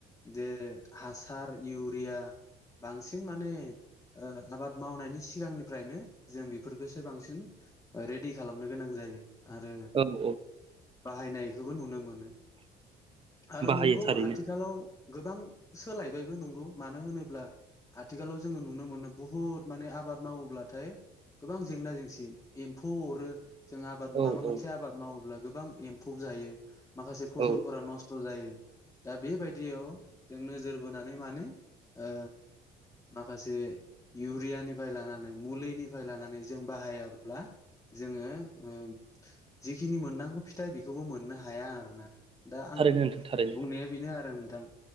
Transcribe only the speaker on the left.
जे हासार इउरिया बांसिन माने आबाद मावनायनि सिगांनिफ्रायनो जों बेफोरखौसो बांसिन रेडि खालामनो गोनां जायो आरो
बाहायनायखौबो नुनो मोनो आरो
नंगौ
आथिखालाव गोबां सोलायबायबो नंगौ मानो होनोब्ला आथिखालाव जोङो नुनो मोनो बहुत माने आ आबाद मावोब्लाथाय गोबां जेंना जेंसि एम्फौ अरो जों आबाद माबा
मोनसे
आबाद मावोब्ला गोबां एम्फौ जायो माखासे फसलफोरा
नस्थ' जायो दा बेबायदियाव जों नोजोर बोनानै माने ओ माखासे इउरियानिफ्राय लानानै मुलिनिफ्राय लानानै जों बाहायाब्ला जोङो ओ जिखिनि मोननांगौ फिथाइ बेखौबो मोननो हाया आरोना दा आं
बुंनाया बेनो आरो आं